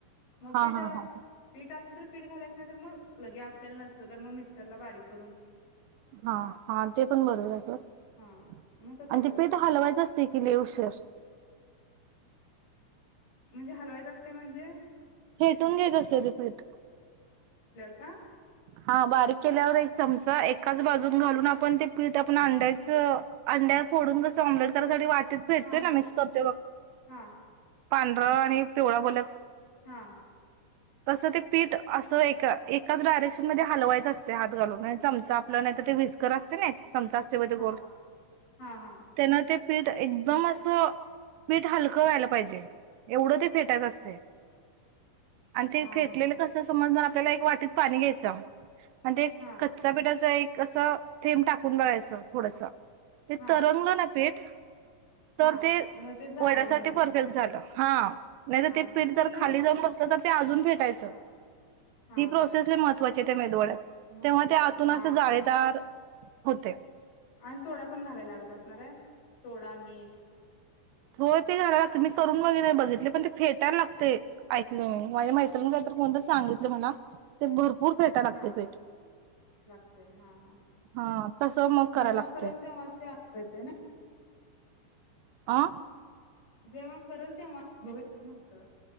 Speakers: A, on the left (about 70°); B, on the right (about 85°).
A: मग
B: हा
A: पीठ
B: हा हा
A: पीठ असल तर पीठ घालायच नाही तर मग लगे आपल्याला नसल तर मग मिक्सरला बारीक करून
B: हा हा ते पण बरोबर आहे सोड
A: हा मग तसं
B: आणि
A: करायचं
B: ते पीठ हलवायचं असते की लई उशीर
A: म्हणजे हलवायचं असते म्हणजे
B: फेटून घ्यायच असतय ते पीठ
A: का का
B: हा बारीक केल्यावर एक चमचा एकाच बाजून घालून आपण ते पीठ आपण अंड्याच अंड्या फोडून कस ऑम्लेट करायसाठी वाट तिथ फेटतोय
A: हा
B: काय
A: हा
B: मिक्स करतोयबघ
A: हा
B: पांढरं आणि पिवळा बोल्यात
A: हा
B: तस ते पीठ अस एका एकाच डायरेक्श मध्ये हलवायच असते हात घालून चमचा आपल्याला नाही तर ते विचकर असते नाही चमचा असतोय बघ तो
A: हा
B: गोल
A: हा हा
B: तेन ते पीट एकदम असं पीट हलकं व्हायला पाहिजे एवढं ते फेटायचं असतय आणि ते
A: हा
B: फेटलेलं
A: हा
B: कसं समजणार आप पहिला एक वाटीत पाणी घ्यायचं जा मध्ये एक
A: हा
B: कच्चा पीठाच एक कसं थेंब टाकून बघयचं थोडस ते
A: हा
B: तरंग न पेत
A: हा
B: तर ते
A: मग ते झालंय
B: वड्यासाठी
A: म्हणायचं
B: परफेक्ट झालं हा नाही तर
A: हा
B: ते
A: हा
B: पीठ जर
A: तिन
B: खाली जाऊन बसल तर ते अजून फेटायच ती
A: हा हा हा
B: प्रोसेस लई महत्वाची <unintelligible>
A: महत्वाच्या
B: तेव्हा ते आतून
A: हा
B: असं जाळेदार होते
A: आण सोडा पण घालायला लागत असणारय सोडा मीठ
B: होय ते घालायला लागतय मी करून बगी बघितलय पण ते फेटायला लागतय ऐकल माझ्या मैत्रिण कायतर कोणतर सांगितलय मला ते भरपूर फेटाय लागते
A: हा
B: पीठ
A: लागतय हा हा
B: हा तसं मग करायला
A: जेव्हा
B: लागते
A: करेल तेव्हाच ते अपटायचय ना
B: आ
A: जेव्हा करेल तेव्हा <unintelligible> म्हंटलं